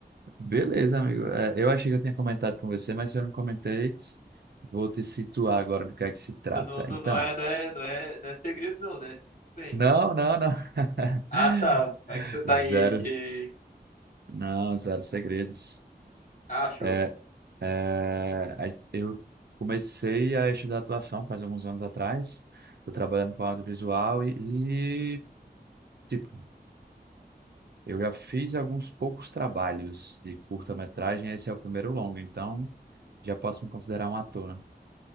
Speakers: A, on the right; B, on the left.
A: Beleza, amigo. É, eu achei que eu tinha comentado com você, mas se eu não comentei, vou te situar agora do que é que se trata.
B: Eu Não, tô,
A: Então,
B: não é, não é, não é, não é segredo não, né? Tudo bem.
A: não, não, não. <laughs>
B: Ah, tá. Vai que você tá
A: Zero.
B: em N de.
A: Não, zero segredos.
B: Ah, show.
A: É, é, a- eu comecei a estudar atuação faz alguns anos atrás. Estou trabalhando com audiovisual e, e, tipo, Eu já fiz alguns poucos trabalhos de curta-metragem, esse é o primeiro longo, então já posso me considerar um ator, né?